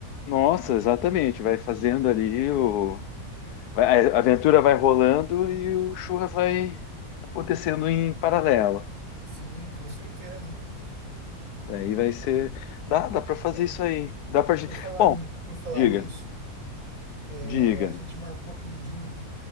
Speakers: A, on the left (about 85°); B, on the right (about 65°).
A: Nossa, exatamente. Vai fazendo ali o. vai- a aventura vai rolando e o churras vai acontecendo em paralelo.
B: Sim, com certeza.
A: Daí vai ser. Dá, dá pra fazer
B: Pô,
A: isso aí. Dá pra. gente-
B: por falar,
A: Bom,
B: ni- por falar
A: diga,
B: nisso, é,
A: diga.
B: a gente marcou aquele de um